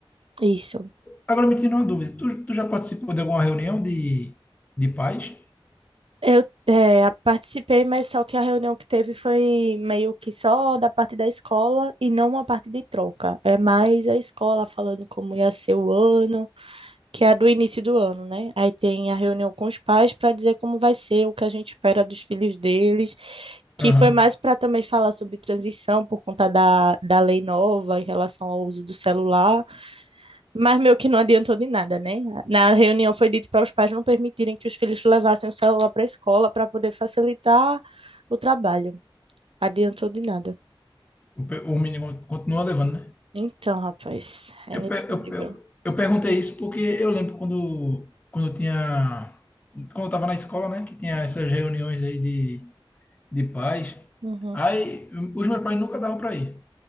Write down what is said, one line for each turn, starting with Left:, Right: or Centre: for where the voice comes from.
Right: Isso.
Left: Agora me tira uma dúvida. Tu, tu já participou de alguma reunião de, de pais?
Right: Eu eh, a participei, mas só que a reunião que teve foi meio que só da parte da escola e não uma parte de troca. É mais a escola falando como ia ser o ano, que é a do início do ano, né? Aí tem a reunião com os pais para dizer como vai ser, o que a gente espera dos filhos deles, que
Left: Aham.
Right: foi mais para também falar sobre transição por conta da, da lei nova em relação ao uso do celular. Mas meio que não adiantou de nada, né? Na reunião foi dito para os pais não permitirem que os filhos levassem o celular para a escola para poder facilitar o trabalho. Adiantou de nada.
Left: O, pe- o menino continua levando, né?
Right: Então, rapaz, é
Left: Eu,
Right: nesse
Left: pe- eu,
Right: nível.
Left: eu, eu perguntei isso porque eu lembro quando, quando eu tinha. Quando eu tava na escola, né? Que tinha essas reuniões aí de, de pais.
Right: Uhum.
Left: Aí os meus pais nunca davam para ir.